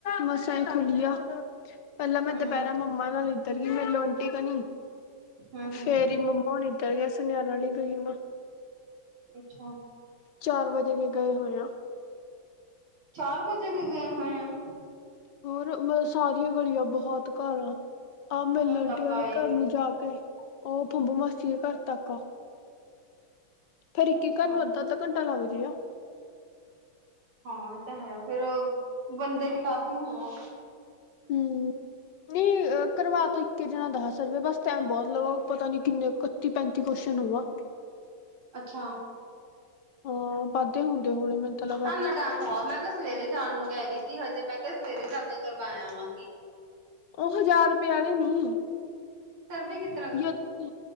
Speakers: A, on the left; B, on the right.
A: ਮਸਾ ਈ ਖੁਲੀ ਆ ਪਹਿਲਾਂ ਮੈਂ
B: ਹੂੰ
A: ਦੁਪਹਿਰਾ ਮੰਮਾ ਨਾਲ ਇੱਧਰ ਗਈ ਮੈਂਲੌ ਆਂਟੀ ਕਣੀ
B: ਹੂੰ ਹੂੰ
A: ਫੇਰ ਈ ਮੰਮਾ ਹੁਨੀ ਇੱਧਰ ਗਏ ਸੁਨਿਆਰਾ ਆਲੀ ਗਲੀ ਮਾ
B: ਅੱਛਾ
A: ਚਾਰ ਵਜੇ ਦੇ ਗਏ ਹੋਏ ਆ
B: ਚਾਰ ਵਜੇ ਦੇ ਗਏ ਹੋਏ ਆ
A: ਹੋਰ ਮੈਂ ਸਾਰੀਆਂ ਗਲੀਆਂ ਬਹੁਤ ਘਰ ਆ ਆਹ ਮਿਲਣ
B: ਹੁਣ ਤੱਕ
A: ਡ ਵਾਲੇ
B: ਆਏ
A: ਘਰ
B: ਨੀ
A: ਨੂੰ ਜਾ ਕੇ ਉਹ ਬੋਬ ਮਾਸੀਏ ਘਰ ਤੱਕ ਫੇਰ ਇੱਕ
B: ਅੱਛਾ
A: ਹੀ ਘਰ ਨੂੰ ਅੱਧਾ ਅੱਧਾ ਘੰਟਾ ਲੱਗ ਰਿਆ
B: ਹਾਂ ਇਹ ਤਾਂ ਹੈ ਫੇਰ ਬੰਦੇ ਵੀ ਕਾਫੀ ਹੋ ਆਂ
A: ਹੂੰ ਨਈ ਕਰਵਾ ਤਾਂ ਇੱਕੇ ਜਣਾ ਦਸ ਸਕਦਾ ਬਸ ਟਾਈਮ ਬਹੁਤ ਲਗਾ ਪਤਾ ਨੀ ਕਿੰਨੇ ਕ ਤੀਹ ਪੈਂਤੀ ਕੋਸਨ ਹੋਵਾਂ
B: ਅੱਛਾ
A: ਹਾਂ ਵਾਧੇ ਹੁੰਦੇ ਹੋਣੇ ਮੈਨੂੰ ਤਾਂ ਲਗਾ
B: ਆ ਲੈ ਟੈਮ ਹੋਆ, ਮੈਂ ਤਾਂ ਸਵੇਰੇ ਜਾਨ ਨੂੰ ਕਹਿ ਗਈ ਸੀ ਹਜੇ। ਮੈਂ ਕਿਆ ਸਵੇਰੇ ਜਾ ਕੇ ਕਰਵਾਇ ਆਵਾਂਗੀ।
A: ਓਹ ਹਜਾਰ ਰੁਪਏ ਆਲੀ ਨਈ।
B: ਸਰਵੇ ਕੀਤ
A: ਯੋ ਤ